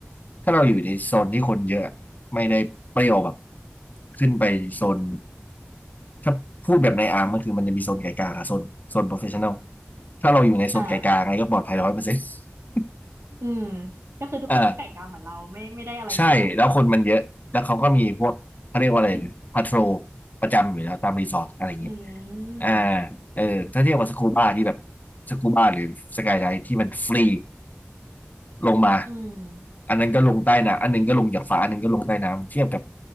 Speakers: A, on the left; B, on the right.
A: ถ้าเราอยู่ในโซนที่คนเยอะไม่ได้เปรี้ยวแบบขึ้นไปโซนถ้าพูดแบบในอาร์มก็คือมันจะมีโซนไกลกลางกับโซนโซนโปรเฟชชั่นอลถ้าเราอยู่ในโซนไกลกลางไงก็ปลอดภัยร้อยเปอร์เซ็นต์
B: อ่า
A: <laughs>
B: อืมก็คือทุกคนก็ไก่กาเหมือนเราไม่ไม่ได้อะไรมาก
A: อ่า ใช่แล้วคนมันเยอะ แล้วเขาก็มีพวกเขาเรียกว่าอะไรนะพาโทรประจำอยู่แล้วตามรีสอร์ทอะไรอย่างเงี้ย
B: อืม
A: อ่าเออถ้าเทียบกับสกูบ้าที่แบบสกูบ้าหรือสกายไดที่มันฟรีลงมา
B: อืม
A: อันนั้นก็ลงใต้น้ำอันหนึงก็ลงจากฟ้าอันหนึงก็ลงใต้น้ำเทียบกับ